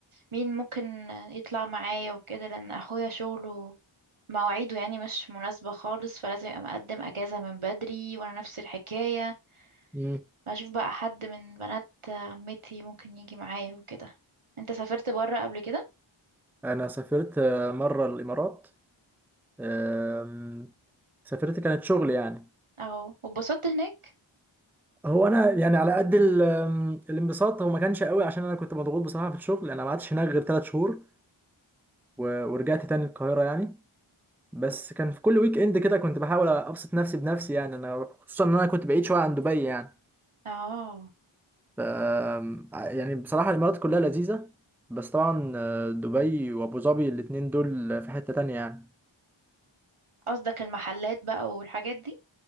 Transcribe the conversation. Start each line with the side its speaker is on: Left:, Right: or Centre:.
Right: مين ممكن يطلع معايا وكده لأن أخويا شغله مواعيده يعني مش مناسبة خالص فلازم يبقى مقدم أجازة من بدري وأنا نفس الحكاية
Centre: مم.
Right: بشوف بقى حد من بنات عمتي ممكن يجي معايا وكده انت سافرت برا قبل كده؟
Centre: انا سافرت آه، مره الامارات آم، سافرت كانت شغل يعني
Right: اه واتبسطت هناك؟
Centre: هو انا يعني على قد ال- آم، الانبساط هو ما كانش قوي عشان انا كنت مضغوط بصراحه في الشغل انا ما قعدتش هناك غير ثلاث شهور و- ورجعت تاني القاهره يعني بس كان في كل ويك اند كده كنت بحاول ابسط نفسي بنفسي يعني انا خصوصا ان انا كنت بعيد شويه عن دبي يعني
Right: اه
Centre: ف آه، يعني بصراحه الامارات كلها لذيذه بس طبعا آه، دبي وابو ظبي الاتنين دول في حته تانية يعني
Right: قصدك المحلات بقى والحاجات دي